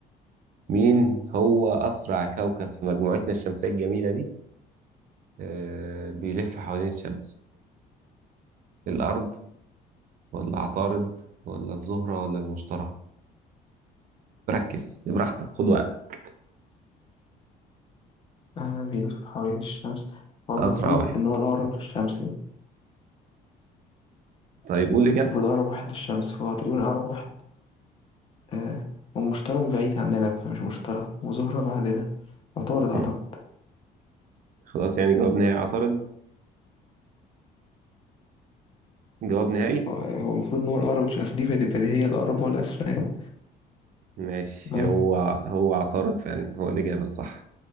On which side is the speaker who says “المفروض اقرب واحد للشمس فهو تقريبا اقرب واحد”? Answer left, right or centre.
Left